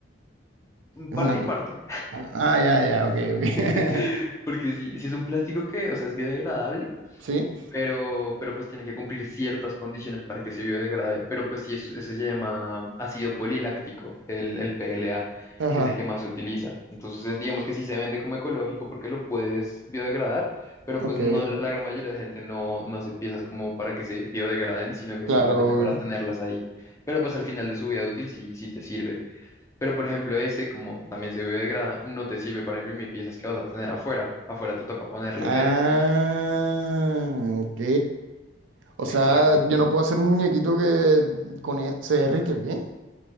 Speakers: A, on the left; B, on the right.
A: <laughs>
B: una
A: parte y
B: cosa.
A: parte,
B: Ah, ya, ya, ok, ok. <laughs>
A: <laughs> porque si, si es un plástico que, o sea, es biodegradable
B: Sí,
A: pero, pero pues tiene que cumplir ciertas condiciones para que se biodegrade. Pero pues sí, eso, eso se llama ácido poliláctico, el, el PLA,
B: ajá,
A: que es el que más se utiliza. Entonces, es- digamos que sí se vende como ecológico porque lo puedes biodegradar, pero
B: ok,
A: pues no, la, la gran mayoría de gente no, no hace piezas como para que se biodegraden, sino que
B: claro,
A: simplemente para
B: obvio.
A: tenerlas ahí. Pero pues al final de su vida útil sí, sí te sirve. Pero por ejemplo, ese, como también se biodegrada, no te sirve para imprimir piezas que vas a tener afuera. Afuera te toca ponerle
B: Ah,
A: PET.
B: ok. O sea,
A: Exacto.
B: yo no puedo hacer un muñequito que con e- se derrite, ¿o ¿qué?